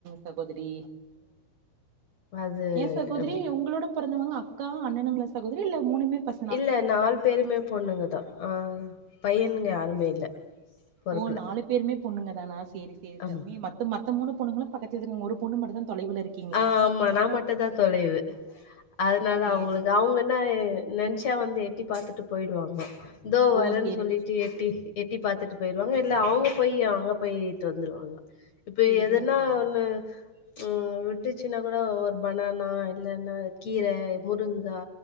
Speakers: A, on the right (about 70°); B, on the left (about 50°).
A: சகோதிரி
B: அது
A: ஏ சகோதிரி
B: அப்டி.
A: உங்ளோட பொறந்தவங்க அக்கா அண்ணனுங்ளா சகோதிரி இல்ல மூனுமே பசங்
B: இல்ல நால் பேருமே பொண்ணுங்கதா ஆ பையனுங்க யாருமே இல்ல பொறக்கல.
A: ஓ நாலு பேருமே பொண்ணுங்க தானா சேரி சேரி
B: ஆமா.
A: சகோ நீ ம மத்த மூணு பொண்ணுங்களு பக்கத்தில ஒரு பொண்ணு மட்டு தா தொலைவுல இருக்
B: ஆஹ் ஆம்மா நா மட்டு தா தொலைவு அதுனால
A: சேரி.
B: அவுங்களுக் அவுங்கன்னா ஏ நன்ச்சா வந்து எட்டி பாத்துட்டு பொய்டுவாங்க தோ வரேன்
A: ஓ சேரி.
B: சொல்லிட் டு எட்டி எட்டி பாத்துட்டு பொய்டுவாங்க இல்ல அவுங்க போய் அங்க போயிட்டு வந்துருவாங்க இப்ப
A: சேரிங்க
B: எதன்னா
A: சேரிங்க.
B: ஒண்ணு ம் விட் விட்டுச்சின்னா கூட ஒவ்வொர் பனானா இல்லன்னா கீர முருங்கா